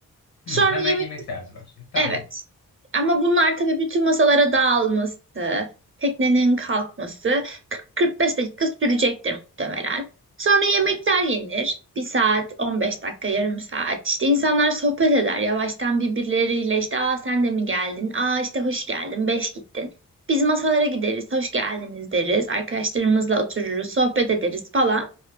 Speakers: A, on the right; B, on the left.
A: sonra
B: Hı, hemen
A: yemek
B: yemek servis başlıyor. Tamam.
A: Evet. Ama bunlar tabii bütün masalara dağılması, teknenin kalkması 40-45 dakika sürecektir muhtemelen. Sonra yemekler yenir. Bir saat, 15 dakika, yarım saat. İşte insanlar sohbet eder yavaştan birbirleriyle. İşte aa sen de mi geldin? Aa işte hoş geldin, beş gittin. Biz masalara gideriz, hoş geldiniz deriz. Arkadaşlarımızla otururuz, sohbet ederiz falan.